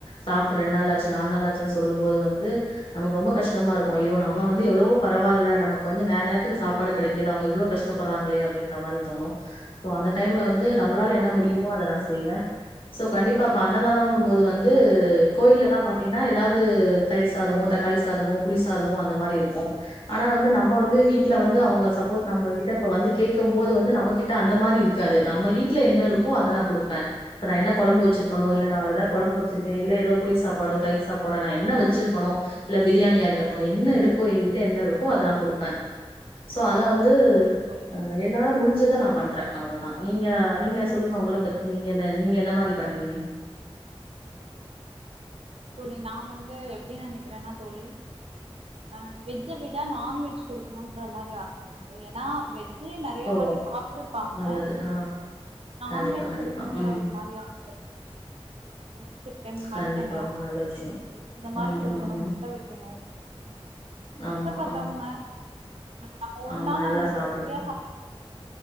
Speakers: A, on the left; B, on the right.
A: சாப்ட்டு ரெண்டு நாள் ஆச்சு நாலு நாள் ஆச்சு சொல்லும்போது வந்து நமக்கு ரொம்ப கஷ்டமாருக்கு ஐயோ நம்ம வந்து எவ்ளவோ பரவால்ல நமக்கு வந்து நேர நேரத்துக்கு சாப்பாடு கிடக்கீது அவுங்க இவ்வளவு கஷ்டப்படுறாங்களே அப்டின்ற மாத்ரி தோணு சோ அந்த டைம்ல வந்து நம்மளால என்ன
B: ஆமா
A: முடியுமோ
B: தோழி
A: அத நா செய்வே சோ கண்டிப்பா அன்னதானம் போது வந் து
B: கண்டிப்பா தோழி
A: கோயில்லெல்லா பாத்தீங்ன்னா ஏதாவ்து தயிர் சாதமோ தக்காளி சாதமோ வந் புளிசாதமு அந்த மாரி இருக்கு ஆனா வந்து நம்ம வந்து வீட்ல வந்து அவங்க
B: சரிங்க
A: சப்
B: தோழி
A: போஸ் நம்மகிட்ட இப்ப வந்து கேக்கும்போது வந்து நம்மகிட்ட அந்த மாரி இருக்காது நம்ம வீட் ல என்ன இருக்கோ அத நா குடுப்பே இப்ப நா என்ன கொழம்பு வெச்சிருக்கணு
B: கண்டிப்பா
A: இல்ல நா எதா
B: தோழி
A: கொழம்ப வெச்சிருக்கே இல்ல எதோ புளி சாப்பாடோ தயிர் சாப்பாடோ நா என்ன வெச்சிருக்கணோ இல்ல பிரியாணியா இருக்கட்டு என்ன இருக்கோ எங்கிட்ட என்ன இருக்கோ அத நா குடுப்பே சோ அத வந்து
B: சரிங்க தோழி
A: அ என்னால முடிஞ்சத நா பண்றே அவ்ளதா நீங்க நீங்க சொல்லுங்க உங்கள பத்தி நீங்க என்ன நீங்க எந்த மாரி பண்ணுவீங்க
B: தோழி நா வந்து எப்டி நனைக்கிறனா தோழி ஆ வெஜ்ஜ விட நான்வெஜ் குடுக்கணுன்றமாரி ஆச எனக்கு எனா வெஜ் ஜு நறைய
A: ஓ
B: வாட்டி சாப்ட்ருப்பாங்க
A: நல்லது ஆ
B: நான்வெஜ்
A: கண்டிப்பா கண்டிப்பா
B: குடுக்கணுன்ற
A: ம்
B: ஒருமாரி ஆச இருக்கு. ஓ சிக்கன் மட்டனு
A: கண்டிப்பா ரொம்ப நல்ல விஷயம்
B: ஃபிஷ்ஷு இந்த மாரி
A: ம்
B: குடுக்கணு
A: ம் ம்
B: முட்ட வெக்கணு கஷ்டப்பட்றோங்க
A: ஆமா ஆ
B: நம்ம ஒரு
A: ஆமா
B: நாள்
A: நல்லா
B: அவுங்களுக்கு
A: சாப்டட்டும்
B: திருப்தியா சப்பாடு